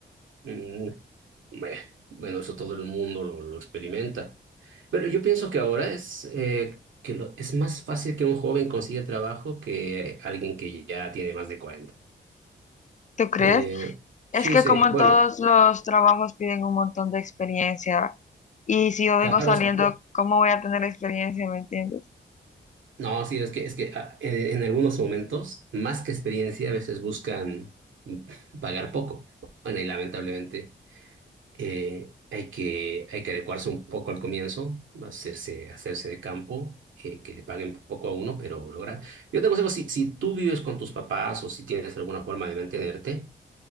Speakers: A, on the right (about 85°); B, on the left (about 40°).
A: Mm, beh, bueno, eso todo el mundo lo, lo experimenta. Pero yo pienso que ahora es, eh, que lo- es más fácil que un joven consiga trabajo que alguien que ya tiene más de 40.
B: ¿Tú crees?
A: Eh, sí,
B: Es que
A: sí,
B: como en
A: bueno,
B: todos los trabajos piden un montón de experiencia y si yo
A: claro,
B: vengo Obvio. saliendo,
A: es-
B: ¿cómo voy a tener experiencia? ¿Me entiendes?
A: no, sí, es que, es que ah, en, en algunos momentos, más que experiencia, a veces buscan mm, pagar poco. Bueno, y lamentablemente Eh, hay que, hay que adecuarse un poco al comienzo, hacerse, hacerse de campo, eh, que le paguen poco a uno, pero lograr. Yo te aconsejo, si, si tú vives con tus papás o si tienes alguna forma de mantenerte,